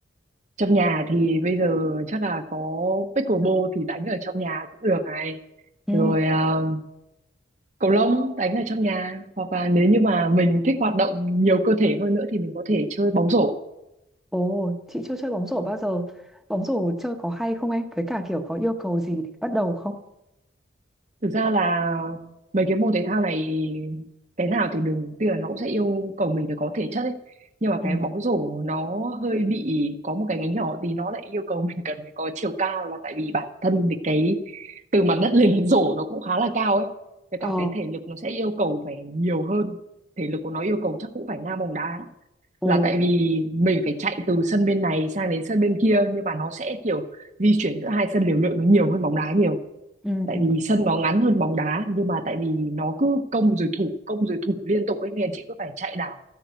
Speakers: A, on the right (about 40°); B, in the centre.
A: trong nhà thì bây giờ chắc là có pickleball thì đánh ở trong nhà cũng được này
B: Ừ.
A: rồi ờ, cầu lông đánh ở trong nhà hoặc là nếu như mà mình thích hoạt động nhiều cơ thể hơn nữa thì mình có thể chơi bóng rổ
B: Ồ, chị chưa chơi bóng rổ bao giờ. Bóng rổ chơi có hay không em? Với cả kiểu có yêu cầu gì để bắt đầu không?
A: Thực ra là mấy cái môn thể thao này cái nào thì đừng tuy là nó cũng sẽ yêu cầu mình phải có thể chất ấy nhưng mà
B: Ừ.
A: cái bóng rổ nó hơi bị có một cái ngánh nhỏ thì nó lại yêu cầu <laughs> mình cần phải có chiều cao là tại vì bản thân thì cái từ mặt đất lên <laughs> đến rổ nó cũng khá là cao ấy với
B: Ờ.
A: cả cái thể lực nó sẽ yêu cầu phải nhiều hơn thể lực của nó yêu cầu chắc cũng phải ngang bóng đá
B: Ồ.
A: là tại vì mình phải chạy từ sân bên này sang đến sân bên kia nhưng mà nó sẽ kiểu di chuyển giữa hai sân liều lượng nó nhiều hơn bóng đá nhiều
B: Ừ
A: tại
B: ừ ừ.
A: vì sân nó ngắn hơn bóng đá nhưng mà tại vì nó cứ công rồi thủ công rồi thủ liên tục ấy nên chị cứ phải chạy đảo